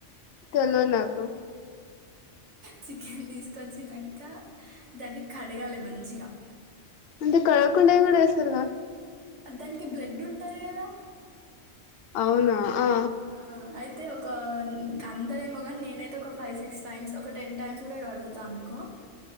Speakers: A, on the left (about 55°); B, on the right (about 70°).
A: తెల్వద్నాకు
B: చికెన్ తీసుకొచ్చినాక దాన్ని కడగాలి మంచిగా
A: అంటే కడగకుండా కూడా ఎస్తరుగా
B: దానికి బ్లడ్ ఉంటంది కదా
A: అవునా ఆ
B: ఆ ఆయితే అయితే ఒక అందరేమో కానీ నేనైతే ఒక ఫైవ్ సిక్స్ టైమ్స్ ఒక టెన్ టైమ్స్ కూడా కడుగుతాను అనుకో